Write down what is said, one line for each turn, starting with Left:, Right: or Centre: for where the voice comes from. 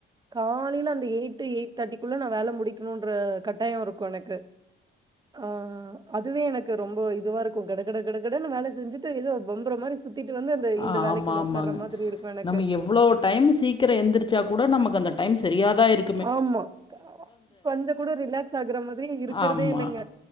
Right: காலில அந்த எய்ட்டு எய்ட் தட்டிக்குள்ள நா வேல முடிக்ணுன்ற கட்டாயோ இருக்கு எனக்கு ஆ அதுவே எனக்கு ரொம்ப இதுவா இருக்கு கடகட கடகடன்னு வேல செஞ்சுட்டு எதோ பம்பற மாரிஸ் சுத்திட்டு வந்து அந்த
Left: ஆ
Right: இந்த வேலைக்குள்ள
Left: ஆமா ஆமாங்க.
Right: உகாகாற மாதிரி இருக்கு எனக்கு
Left: நம்ம எவ்ளோ டைம் சீக்கிர எந்திரிச்சா கூட நமக்கு அந்த டைம் சரியாதா இரு
Right: ஆமா க கொஞ்ச கூட ரிலாக்ஸ் ஆகுற மாத்ரி இருக்குற்தே
Left: ஆமா.
Right: இல்லங்க